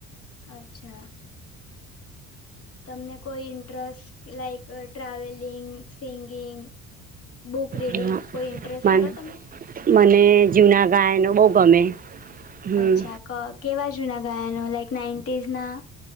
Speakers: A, on the left; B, on the right.
A: અચ્છા તમને કોઈ interest like travelling singing book reading
B: હં
A: કોઈ ઇન્ટરેસ્ટ
B: મને
A: ખરો તમને
B: મને જુના ગાયનો બોવ ગમે હમ
A: અચ્છા ક કેવા જૂના ગાયનો લાઈક નાઇન્ટીઝ ના